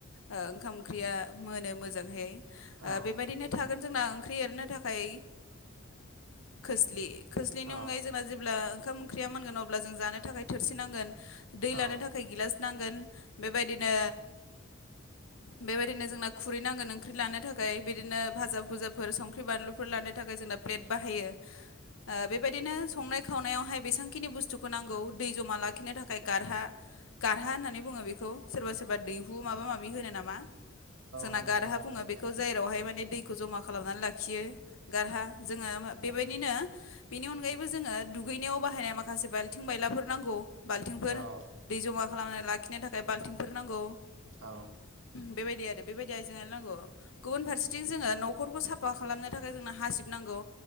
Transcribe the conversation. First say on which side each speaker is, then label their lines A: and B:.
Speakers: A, on the left; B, on the right.
A: ओंखाम ओंख्रिया मोनो मोजांहै
B: औ
A: बेबायदिनो थागोन जोंना ओंख्रि एरनो थाखाय खोस्लि खोस्लिनि
B: औ
A: अनगायै जोंना जेब्ला ओंखाम ओंख्रिया मोनगोन अब्ला जों जानो थाखाय थोरसि नांगोन। दै
B: औ
A: लानो थाखाय गिलास नांगोन बेबायदिनो बेबायदिनो जोंना खुरैनांगोन ओंख्रि लानो थाखाय बिदिनो भाजा भुजाफोर संख्रि बानलुफोर लानो‌ <unintelligible> बारहोयो बेफोरबादिनो संनाय खावनायावहाय बेसेबांखिनि बुस्थुखौ नांगौ दै जमा लाखिनो थाखाय गारहा गारहा होननानै बुङो बेखौ सोरबा सोरबा दैहु माबा माबि होनो नामा? जोंना
B: होनो
A: गारहा
B: जागालाय
A: बुङो बेखौ
B: जागा
A: जेरावहाय माने दैखौ जमा खालामनानै लाखि खियो गारहा जोङो बेबायदिनो बेनि अनगायैबो जोङो दुगैनायाव बाहायनाय माखासे बाल्थिं बायलाफोर नांगौ। बाल्थिंफोर
B: औ
A: दै जमा खालामनानै लाखिनो थाखाय बाल्थिंफोर नांगौ।
B: औ।
A: बेबायदि आरो बेबायदि आइजें आइलल नांगौ गुबुन फारसेथि जो न'खरखौ साफ साफा खालामनो थाखाय जोंनो हासिब नांगौ